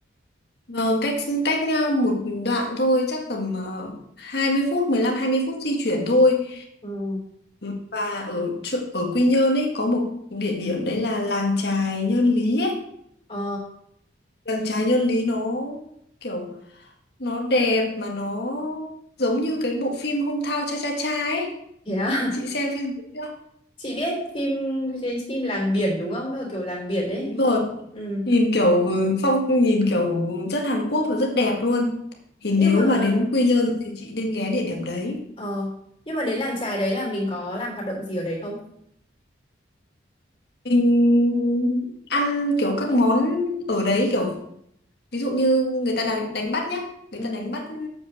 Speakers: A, on the left; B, on the left.
A: vâng cách cách ờ, một đoạn thôi chắc tầm ờ, hai mươi phút mười lăm hai mươi phút di chuyển thôi
B: Ừ.
A: Ừ, và ở chỗ- ở Quy Nhơn ấy có một địa điểm đấy là làng chài Nhơn Lý ấy
B: Ờ
A: làng chài Nhơn Lý nó kiểu nó đẹp mà nó giống như cái bộ phim Hometown Cha Cha Cha ấy
B: thế à?
A: chị xem phim đấy chưa
B: <laughs> Chị biết phim cái phim làng biển đúng không? Nó là kiểu làng biển ấy.
A: đúng rồi
B: Ừ.
A: nhìn kiểu ừ, phong nhìn kiểu rất Hàn Quốc và rất đẹp luôn thì nếu
B: Nhưng mà
A: mà đến Quy Nhơn thì chị nên ghé địa điểm đấy
B: ờ nhưng mà đến làng chài đấy là mình có làm hoạt động gì ở đấy không?
A: mình ăn kiểu các món ở đấy kiểu ví dụ như người ta đánh, đánh bắt nhá người
B: Ừ.
A: ta đánh bắt